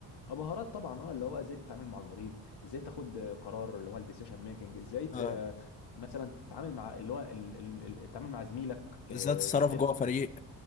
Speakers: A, on the left (about 60°); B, on the left (about 20°).
A: اه مهارات طبعا اه اللي هو ازاي تتعامل مع المريض ازاي تاخد قرار اللي هو الديسيشن ميكنج ازاي ت...
B: اه
A: آه، مثلا تتعامل مع اللي هو ال... ال... ال- التعامل مع زميلك آه،
B: ازاي تتصرف
A: تحترمه
B: جوه فريق